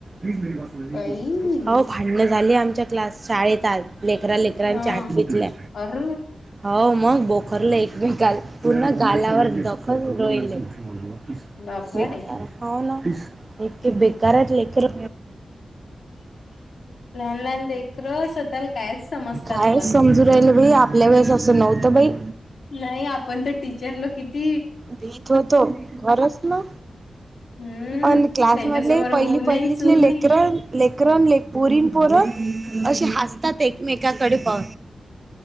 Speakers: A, on the right; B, on the left.
A: हो.
B: बाई
A: भाड्णं झाली, आमच्या क्लास शाळेत, आज लेकरा लेकरांच्या
B: हा
A: आटवीतल्या
B: अर
A: हो, मग बोखरले एकम गाल, पूर्ण गालावर दखल रोईले हो
B: बापा रे
A: ना, इतके बेकार आहेत लेकरं
B: लहान लहान लेकरं स्वतःला कायच समजतात
A: काय
B: पण
A: समजून राहिल बाई आपल्यावेळेस अस नव्हतं बाई
B: नाही आपण तर टीचरला किती
A: भीत होतो, घरच ना
B: हम्म
A: पण क्लास
B: त्यांच्यासमोर
A: मधले पहिली
B: होऊ नाही
A: पहिलीतली
B: चू
A: लेकर
B: नाही.
A: लेकरन ले पुरीन, पोर अशी हसतात एकमेकाकडे प